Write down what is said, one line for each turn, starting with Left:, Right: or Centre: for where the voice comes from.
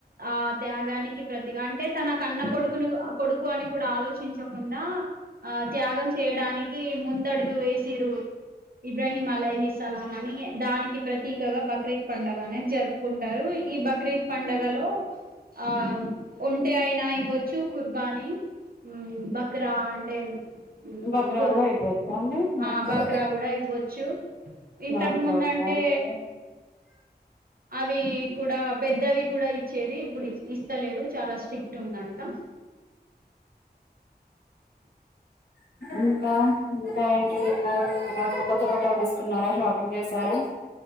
Right: ఆ త్యాగానికి ప్రతిగాంట అంటే తన కన్న కొడుకును కొడుకు అని కూడా ఆలోచించ ఉన్నా ఆ త్యాగం చేయడానికి ముందడుగు వేసిరు ఇబ్రాహీం అలహస్లాం అని దానికి ప్రతీకగా బక్రీద్ పండుగ అనేది జరుపుకుంటారు ఈ బక్ర ఈ పంండగలో ఆ ఉంటే అయినా ఇవ్వచ్చు కుర్బానీ ఉమ్ బక్రా అంటే ఉమ్
Left: ఉ బక్రా
Right: గొర్రె
Left: కూడా అయిపోవచ్చా అండి
Right: ఆ బక్రా కూడా ఇవ్వచ్చు చూ ఇంతకు
Left: ఓకే
Right: ముందుంటే
Left: ఓకే అండి
Right: అవి కూడా పెద్దవి కూడా ఇచ్చేది ఇప్పుడు ఇస్తలేరు చాలా స్ట్రిక్ట్ <unintelligible> అంట
Left: ఇంకా ఇంకా ఏంటి రేపు మ కొత్త బట్టాలు తీసుకున్నారా షాపింగ్ చేసారా